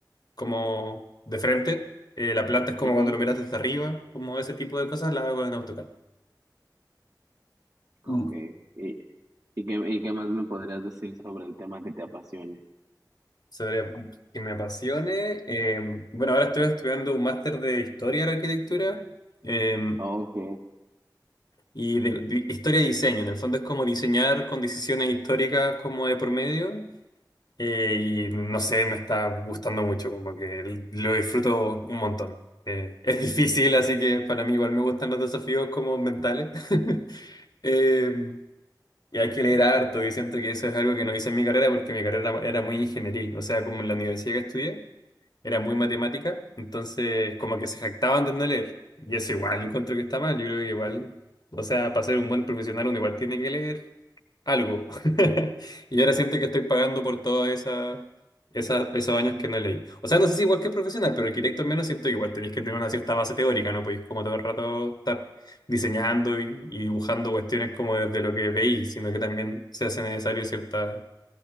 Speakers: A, on the left (about 65°); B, on the right (about 55°).
A: como de frente. Eh, la planta es como
B: Ujú,
A: cuando lo miras desde arriba. Como ese tipo de cosas las hago en AutoCAD.
B: Ok.
A: Mm.
B: ¿Y, y qué, y qué más me podrías decir sobre el tema que te apasione?
A: Sobre que me apasione. eh, bueno, ahora estoy estudiando un máster de historia de la arquitectura. eh,
B: Ok,
A: Y de, de historia y diseño, en el fondo es como diseñar con decisiones históricas como de por medio. Eh, y no sé, me está gustando mucho, como que lo disfruto un montón. Eh, es <laughs> difícil, así que para mí igual me gustan los desafíos como mentales. <laughs> Eh, y hay que leer harto, y siento que eso es algo que no hice en mi carrera porque mi carrera era muy ingenieril, o sea, como en la universidad que estudié, era muy matemática, entonces como que se jactaban de no leer. Y eso igual encuentro que está mal, yo creo que igual, o sea, para ser un buen profesional uno igual tiene que leer, algo. <laughs> Y ahora siento que estoy pagando por todos esa, esa- esos años que no leí. O sea, no sé si igual que profesional, pero arquitecto al menos siento que igual tenéis que tener una cierta base teórica, ¿no? Podéis como todo el rato estar diseñando y, y dibujando cuestiones como desde lo que veis, sino que también se hace necesario cierta,